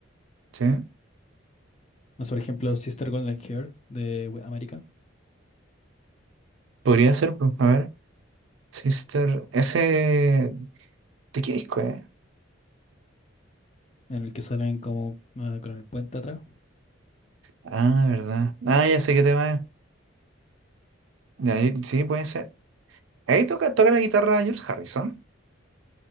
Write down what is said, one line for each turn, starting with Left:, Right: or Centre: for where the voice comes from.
Right: Sí,
Left: No sé, por ejemplo, Sister Golden Hair de We- América,
Right: podría ser, pues, a ver. Sister, ese... ¿De qué disco es?
Left: en el que salen como ah, con el puente atrás.
Right: Ah, verdad. Ah, ya sé qué tema es. Ya, y- sí, puede ser. Ahí toca, toca la guitarra George Harrison.